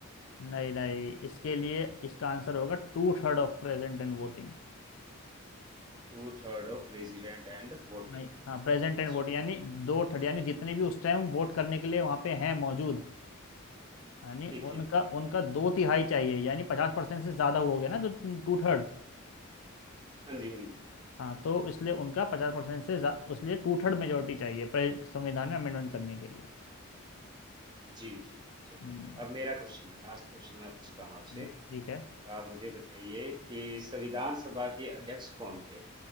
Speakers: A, on the left; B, on the right.
A: नहीं नहीं इसके लिए इसका आंसर होगा two third of present and voting
B: Two third of president and voting
A: नहीं हाँ प्रेजेंट
B: अच्छा
A: एंड वोट यानी दो थर्ड यानी जितने भी उस टाइम वोट करने के लिए वहां पे हैं मौजूद यानी
B: ठीक ठीक
A: उनका उनका दो तिहाई चाहिए यानी पचास परसेंट से ज्यादा हो गया ना जो टू थर्ड
B: हाँ जी हाँ जी
A: हाँ तो इसलिए उनका पचास परसेंट से ज्या- उसलिए टू थर्ड मेजोरिटी चाहिए प्रे- संविधान में अमेंडमेंट करने के लिए
B: जी जी चलो
A: हम्म,
B: अब मेरा क्वेश्चन है लास्ट क्वेश्चन मैं पूछता हूँ आपसे
A: ठीक है
B: तो आप मुझे बताइए कि संविधान सभा के अध्यक्ष कौन थे